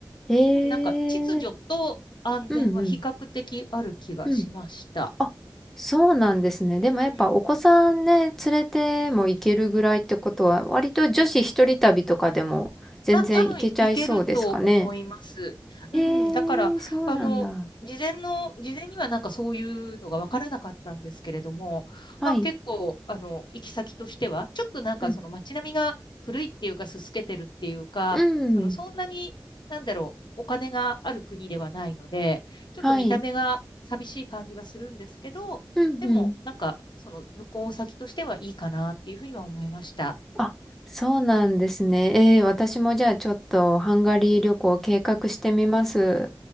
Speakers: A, in the centre; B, on the left (about 80°).
A: ええー、
B: うん、なんか秩序と安全は比較的ある気がしました。
A: うん、うん、うん。あ、そうなんですね。
B: うん。
A: でもやっぱお子さんね、連れても行けるぐらいってことは、割と女子一人旅とかでも全然行けちゃいそうですかね。
B: な、多分いけると思います。うん。
A: ええ
B: だから、
A: ー、そうなんだ。
B: あの、事前の、事前にはなんかそういうのが分からなかったんですけれども、
A: はい、
B: まあ、結構、あの、行き先としては、ちょっとなんかその街並みが古いっていうか、
A: うん、
B: すすけてるっていうか、
A: うん、
B: その、そんなに、なんだろう、お金がある国ではないので、ちょっと見た目が寂しい感じはするんですけど、
A: はい、うん、
B: でも、
A: うん。
B: なんか、その旅行先としてはいいかなっていうふうには思いました。
A: あそうなんですね。ええー、私もじゃあちょっとハンガリー旅行計画してみます。